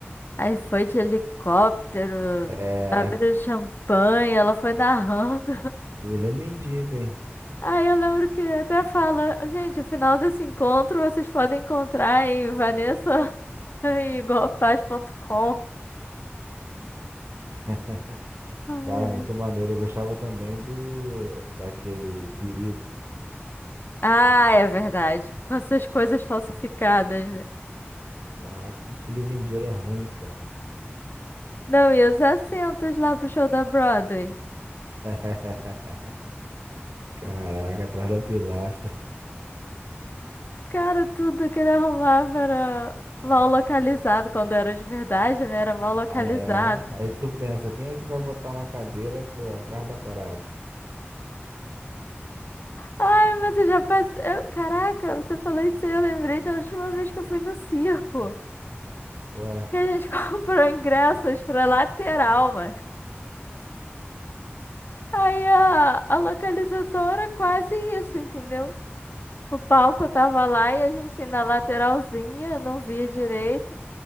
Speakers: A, on the left; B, on the right.
A: Aí foi de helicóptero,
B: É.
A: abriu champanhe, ela foi <laughs> narrando.
B: e Ele é mendigo, hein?
A: Aí eu lembro que até fala, gente, afinal desse encontro vocês podem encontrar em vanessa <laughs> e golpaz.com.
B: <laughs>
A: Ai.
B: Cara, muito maneiro. Eu gostava também do daquele, o Perigo.
A: Ah, é verdade. Com essas coisas falsificadas, né?
B: Caraca, tudo que ele vendia era ruim, cara.
A: Não, e os assentos lá pro show da Broadway?
B: <laughs> Caraca, atrás da pilastra.
A: Cara, tudo que ele arrumava era mal localizado. Quando era de verdade, né? Era mal localizado.
B: Aí, é. Aí tu pensa, quem é que vai botar uma cadeira, pô, atrás da parada?
A: Ai, mas eu já passei. eu- Caraca, você falou isso aí. Eu lembrei da última vez que eu fui no circo.
B: Ué.
A: que a gente <laughs> comprou ingressos pra lateral, mano. Aí a, a localização era quase isso, entendeu? O palco tava lá e a gente assim, na lateralzinha, não via direito.